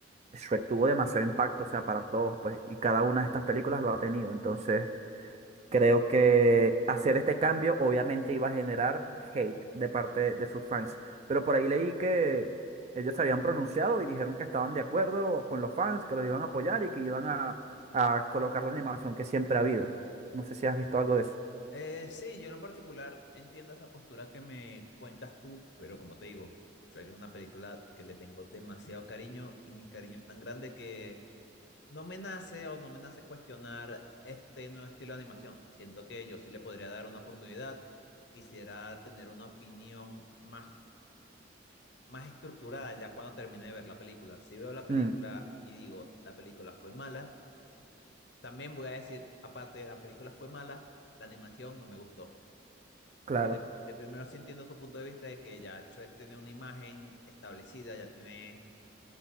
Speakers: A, on the right; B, on the left.
A: Shrek tuvo demasiado impacto, o sea, para todos, pues, y cada una de estas películas lo ha tenido. Entonces, Creo que hacer este cambio obviamente iba a generar hate de parte de sus fans. Pero por ahí leí que ellos se habían pronunciado y dijeron que estaban de acuerdo con los fans, que los iban a apoyar y que iban a, a colocar la animación que siempre ha habido. No sé si has visto algo de eso.
B: Eh, sí, yo en lo particular entiendo esa postura que me cuentas tú, pero como te digo, Shrek es una película que le tengo demasiado cariño y mi cariño es tan grande que no me nace o no me nace cuestionar este nuevo estilo de animación. Siento que yo sí le podría dar una oportunidad. Quisiera tener una opinión más, más estructurada ya cuando termine de ver la película. Si veo la película
A: Mm,
B: y digo, la película fue mala, también voy a decir, aparte de la película fue mala, la animación no me gustó.
A: claro,
B: O sea, de, de primero sí entiendo tu punto de vista de que ya Shrek tiene una imagen establecida, ya tiene